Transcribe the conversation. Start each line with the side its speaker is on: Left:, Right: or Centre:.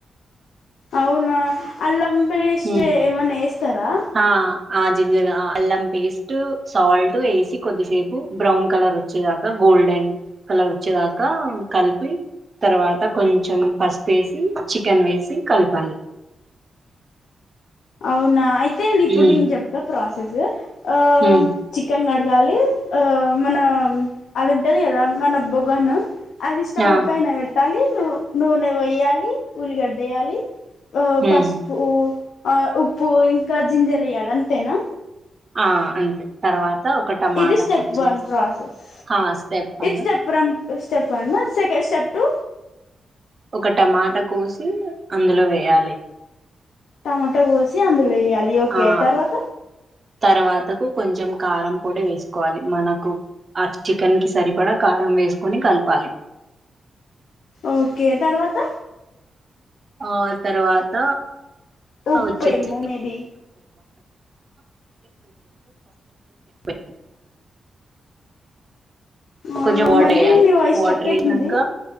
Left: అవునా అల్లం పేస్ట్
Right: ఉమ్,
Left: ఏమన్నా వేస్తారా
Right: ఆ ఆ జింజర్ ఆ అల్లం పేస్టు సాల్ట్ వేసి కొద్దిసేపు బ్రౌన్ కలర్ వచ్చేదాకా గోల్డెన్ కలర్ వచ్చేదాకా కలిపి తర్వాత కొంచెం పసుపేసి చికెన్ వేసి కలపాలి.
Left: అవునా ఆయి ఐపోయింది ఇప్పుడు
Right: ఉమ్
Left: నేను చెప్తా ప్రాసె <unintelligible> ఆ
Right: ఉమ్
Left: చికెన్ న డగాలి ఆ మన అది ఉంటది కదా మన బొగోను అది స్టవ్
Right: ఆ
Left: పైన పెట్టాలి. ను నూనె పోయ్యాలి ఉల్లిగడ్డ ఏయాలి ప పసుపు
Right: ఉమ్
Left: ఆ ఉప్పు ఇంకా జింజర్ ఎయ్యాలి అంతేనా
Right: ఆ అంతే తర్వాత ఒక టమాటా
Left: ఇది స్టెప్
Right: కట్ చేసి
Left: వన్ ప్రాసెస్
Right: ఆ స్టెప్ పైన
Left: స్టెప్ రమ్ ఇది step one second step two
Right: ఒక టమాటా కోసి అందులో వేయాలి
Left: టమాటా కోసి అందు వేయాలి ఓకే
Right: ఆ
Left: తర్వాత
Right: తర్వాతకు కొంచం కారం పొడి వేసుకోవాలి మనకు ఆ చికెన్ కి సరిపడా కారం వేసుకొని కలపాలి.
Left: ఓకే తర్వాత
Right: ఆ తర్వాత
Left: ఉప్పేమో
Right: వచ్చేసి
Left: మేబి
Right: <unintelligible> <unintelligible>
Left: ఆ
Right: కొంచెం
Left: హ
Right: వాటర్
Left: మళ్ళీ
Right: వేయాలి
Left: మీ వాయిస్ స్ట్రక్
Right: వాటర్
Left: అయితుంది.
Right: వేసినాక